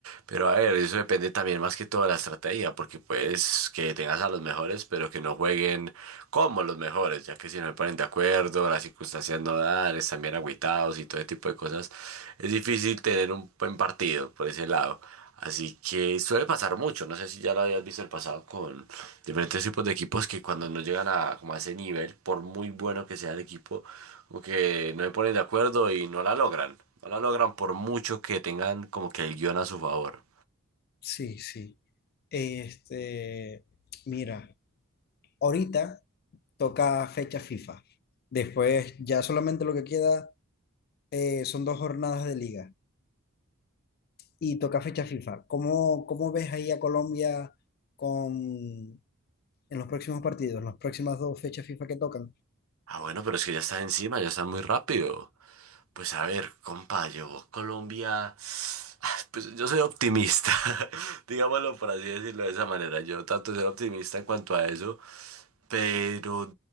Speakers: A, on the right; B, on the left.
A: Pero a ver, eso depende también más que todo de la estrategia, porque puedes que tengas a los mejores, pero que no jueguen como los mejores, ya que si no se ponen de acuerdo, las circunstancias no dan, están bien agüitados y todo ese tipo de cosas, es difícil tener un buen partido por ese lado. Así que suele pasar mucho, no sé si ya lo habías visto el pasado con diferentes tipos de equipos que cuando no llegan a, como a ese nivel, por muy bueno que sea el equipo, como que no se ponen de acuerdo y no la logran. No la logran por mucho que tengan como que el guión a su favor.
B: sí, sí. Este, mira. Ahorita toca fecha FIFA. Después ya solamente lo que queda eh, son dos jornadas de liga y toca fecha FIFA. ¿Cómo, cómo ves ahí a Colombia con, en los próximos partidos, en las próximas dos fechas FIFA que tocan?
A: Ah, bueno, pero es que ya están encima, ya están muy rápido. Pues a ver, compa, yo, Colombia. ah, Pues yo soy optimista, <laughs> digámoslo por así decirlo de esa manera. Yo trato de ser optimista en cuanto a eso, Pero,